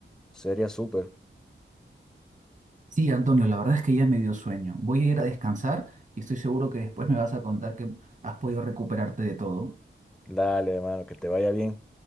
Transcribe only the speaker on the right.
Sí, Antonio, la verdad es que ya me dio sueño. Voy a ir a descansar y estoy seguro que después me vas a contar que has podido recuperarte de todo.